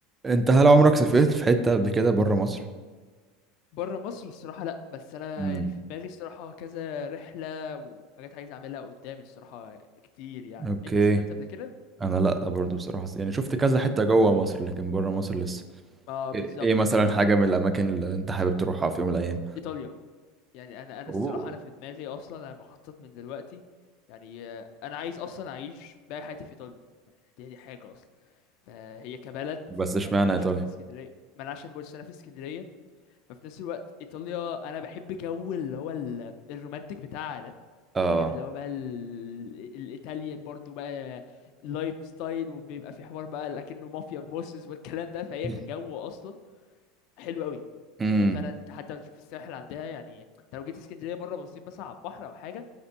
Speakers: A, on the right; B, on the left.
A: انت هل عمرك سافرت في حتة قبل كده بره مصر؟
B: بره مصر الصراحة لأ بس أنا
A: امم
B: يعني في دماغي الصراحة كذا رحلة وحاجات عايز أعملها قدامي الصراحة كتير يعني
A: اوكي
B: أنت سافرت قبل كده؟
A: انا لا برضو بصراحة يعني شفت كذا حتة جوه مصر لكن بره مصر لسه
B: ما بالظبط
A: ايه ايه مثلا
B: فعلا
A: حاجة من الاماكن اللي انت حابب تروحها في يوم من الايام
B: إيطاليا يعني أنا أنا
A: اوه
B: الصراحة أنا في دماغي أصلا أنا بخطط من دلوقتي يعني آه، أنا عايز أصلا أعيش باقي حياتي في إيطاليا دي دي حاجة أصلا فهي كبلد
A: بس اشمعنى
B: يعني أنا عشان
A: ايطاليا
B: في اسكندرية ما أنا عشان بص أنا في اسكندرية ففي نفس الوقت إيطاليا أنا بحب جو اللي هو ال- الرومانتك بتاعها ده
A: اه
B: فاهم اللي هو بقى ال- الايطاليان برضو بقى لايف ستايل وبيبقى في حوار بقى لكنه مافيا بوسز والكلام ده فهي
A: <laughs>
B: كجو اصلا حلو قوي
A: امم
B: يعني هي فعلا انت حتى بتشوف الساحل عندها يعني انت لو جيت اسكندريه مره بصيت بس على البحر او حاجه